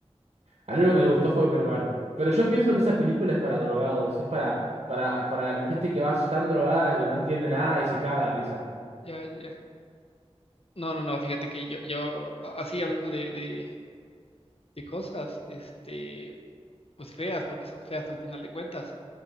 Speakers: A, on the right; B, on the left.
A: Al único que le gustó fue mi hermano. Pero yo pienso que esa película es para drogados, es para, para, para la gente que va tan drogada que no entiende nada y se
B: Ya,
A: caga de risa.
B: ya. ya. No, no, no, fíjate que yo, yo, a- así hablando de, de, de cosas, este, pues feas, porque son feas al final de cuentas.